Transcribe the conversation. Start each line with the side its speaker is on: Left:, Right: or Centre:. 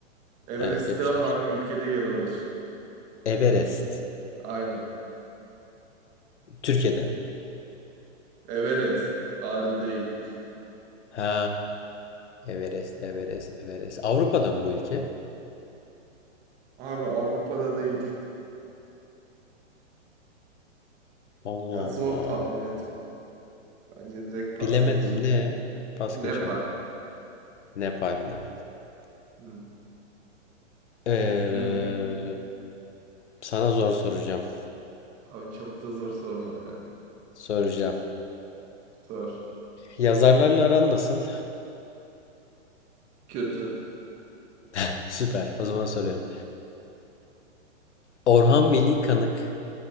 Right: Everest
Left: Evet yapıştır.
Right: Dağı hangi ülkede yer alır?
Left: Everest.
Right: Aynen.
Left: Türkiye'de.
Right: Everest. Ağrı değil.
Left: Ha. Everest, Everest, Everest. Avrupa'da mı bu ülke?
Right: Abi Avrupa'da değil.
Left: Allah
Right: Ya zor
Left: Allah.
Right: tahmin etmem. Bence direkt pas
Left: Bilemedim
Right: geç.
Left: ne? Pas
Right: Nepal.
Left: geçiyorum. Nepal'de.
Right: Hı.
Left: Ee,
Right: Dün
Left: sana zor soracağım.
Right: Abi çok da zor sorma ya.
Left: Soracağım.
Right: Zor.
Left: Yazarlarla aran nasıl?
Right: Kötü.
Left: <laughs> Süper. O zaman soruyorum. Orhan Veli Kanık